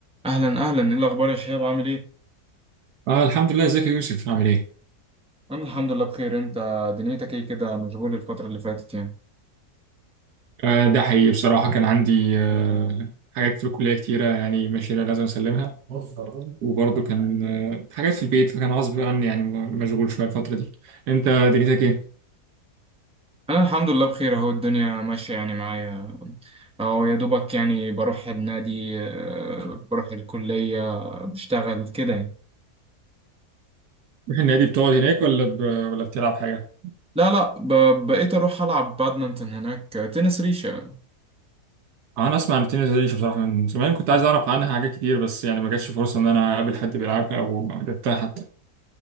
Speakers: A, in the centre; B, on the right.
A: اهلا اهلا ايه الاخبار يا شهاب عامل ايه
B: آه الحمد لله ازيك يا يوسف عامل ايه؟
A: انا الحمد لله بخير انت دنيتك ايه كده مشغول الفتره اللي فاتت يعني
B: آه ده حقيقي بصراحة كان عندي آه حاجات في الكلية كتيرة يعني ماشية لازم اسلمها وبرضه كان آه حاجات في البيت فكان غصب عني يعني م- مشغول شوية الفترة دي انت دنيتك ايه؟
A: انا الحمد لله بخير اهو الدنيا ماشيه يعني معايا اهو يا دوبك يعني بروح النادي آه، بروح الكليه بشتغل كده يعني
B: بتروح النادي بتقعد هناك ولا ب... ولا بتلعب حاجة؟
A: لا لا ب- بقيت اروح العب بادمنتون هناك تنس ريشه
B: آه، انا اسمع عن التنس دي بصراحة من زمان كنت عايز اعرف عنها حاجات كتير بس يعني ما جاتش فرصة ان انا اقابل حد بيلعبها او لعبتها حتى